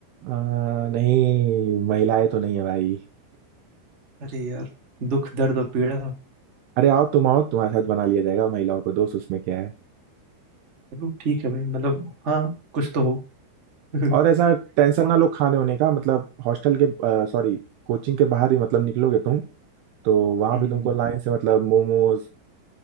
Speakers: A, on the right; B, on the right.
A: आ, नहीं महिलाएं तो नहीं है भाई
B: अरे यार दुख दर्द और पीड़ा
A: अरे आओ तुम आओ तुम्हारे साथ बना लिया जाएगा महिलाओं को दोस्त उसमें क्या है
B: चलो ठीक है भाई मतलब हाँ कुछ तो हो <laughs>
A: और ऐसा टेंशन
B: म-
A: ना लो खाने होने का मतलब हॉस्टल के सॉरी कोचिंग के बाहर ही मतलब निकलोगे तुम तो वहां
B: हम्म,
A: पे तुमको लाइन से मतलब मोमोज